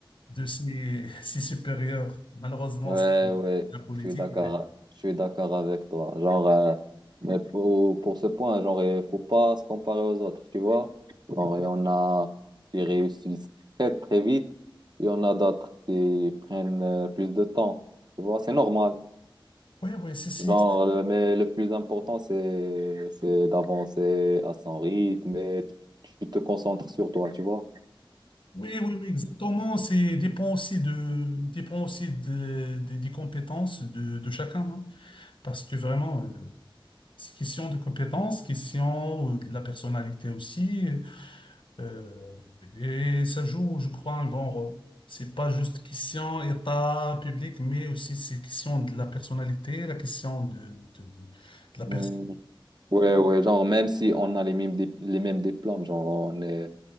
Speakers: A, on the left; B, on the right.
A: de ses, ses supérieurs. Malheureusement,
B: ouais,
A: c'est
B: ouais,
A: la politique.
B: je suis d'accord, je suis d'accord avec toi. Genre, euh, mais pour, pour ce point, genre, il faut pas se comparer aux autres, tu vois? Genre, il y en a qui réussissent très, très vite, il y en a d'autres qui prennent euh, plus de temps, tu vois? C'est normal.
A: Oui, oui, c'est, c'est-
B: Genre, euh, mais le plus important, c'est, c'est d'avancer à son rythme et tu tu te concentres sur toi, tu vois.
A: oui, oui, oui, exactement. C'est dépend aussi de, dépend aussi de- de- des compétences de, de chacun. hein. Parce que vraiment, euh, c'est question de compétences, question euh, de la personnalité aussi. euh, et ça joue, je crois, un grand rôle. C'est pas juste question état public, mais aussi c'est question de la personnalité, la question de, de, de, de la personne.
B: Mm. Ouais, ouais, genre, même si on a les mêmes, dip- les mêmes diplômes, genre, on est